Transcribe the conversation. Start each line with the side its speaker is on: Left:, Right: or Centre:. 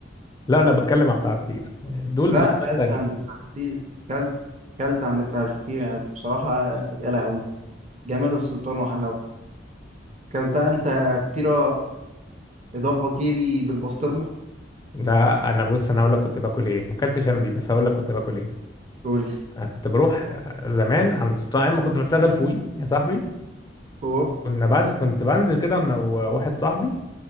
Left: لا انا بتكلم على بتاع فطير دول
Right: لا
Left: براندات
Right: كلت
Left: تانية
Right: عند بتاع الفطير كلت كلت عند بتاع الفطير يعني بصراحة يا لهوي جمال السلطان وحلاوته كلتها انت فطيرة إضافة كيري بالبسطرمة
Left: ده انا بص انا هقول لك كنت باكل ايه ما اكلتش انا دي بس هقول لك كنت باكل ايه
Right: قول لي
Left: انا كنت بروح زمان عند سلطان ايام ما كنت بشتغل في وي يا صاحبي
Right: أوه
Left: كنا بن... كنت بنزل كده انا وواحد صاحبي